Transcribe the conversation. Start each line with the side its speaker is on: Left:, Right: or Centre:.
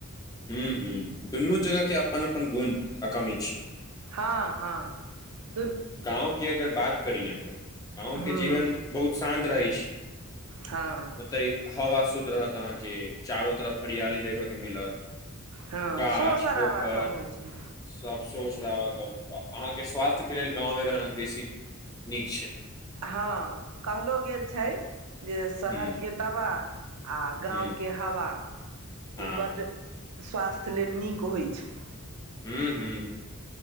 Left: हूॅं हूॅं दुनू जगह के अपन - अपन गुण क कमी छै।
Right: हँ हँ दुनू
Left: गाँंव के अगर बात करी अहाँ गाँंव
Right: ह्म
Left: के जीवन बहुत शान्त रहै छै।
Right: हँ।
Left: ओतय हवा शुद्ध रहत अहाॅंके चारो तरफ हरियाली देखऽ के मिलत।
Right: हँ
Left: गाछ
Right: शोर शराबा
Left: पोखर
Right: कम होइ छै।
Left: सब सोच रहऽ अहाँके स्वास्थ्यके लेल गाँव मे रहना बेसी नीक छै।
Right: हँ कहलो गेल छै जे शहर
Left: हूं
Right: के दबा आ गाँव
Left: हूं
Right: के हवा
Left: हँ
Right: इ बड्ड स्वास्थ्य लेल नीक होइ छै।
Left: हूँ हूँ।